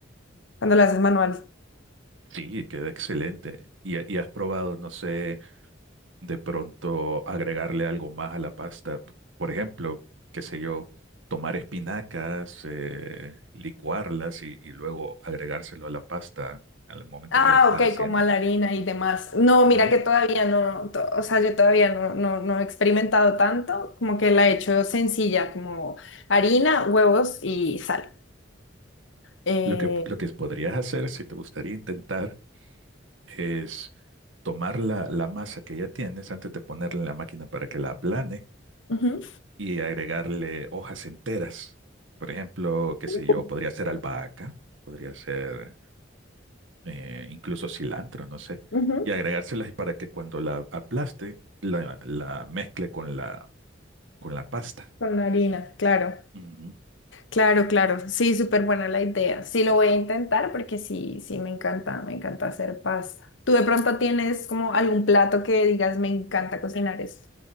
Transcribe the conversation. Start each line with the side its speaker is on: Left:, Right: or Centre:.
Left: cuando la haces manual.
Right: sí, queda excelente. ¿Y, y has probado, no sé... de pronto agregarle algo más a la pasta. p- Por ejemplo, qué sé yo, tomar espinacas, eh, licuarlas y, y luego agregárselo a la pasta al momento
Left: Ah,
Right: que la estás
Left: ok,
Right: haciendo.
Left: como a la harina y demás. No, mira
Right: Ujú.
Left: que todavía no, to- o sea, yo todavía no, no, no he experimentado tanto, como que la he hecho sencilla, como harina, huevos y sal. Eh,
Right: Lo que, lo que podrías hacer, si te gustaría intentar, es tomar la, la masa que ya tienes antes de ponerla en la máquina para que la aplane
Left: ujú,
Right: y agregarle hojas enteras. Por ejemplo, qué sé
Left: Uh,
Right: yo, podría ser albahaca, podría ser eh, incluso cilantro, no sé,
Left: ujú,
Right: y agregárselas y para que cuando la aplaste, la, la mezcle con la, con la pasta.
Left: Con la harina, claro,
Right: Ujú.
Left: claro, claro. Sí, súper buena la idea. Sí, lo voy a intentar porque sí, sí, me encanta, me encanta hacer pasta. ¿Tú de pronto tienes como algún plato que digas, me encanta cocinar esto?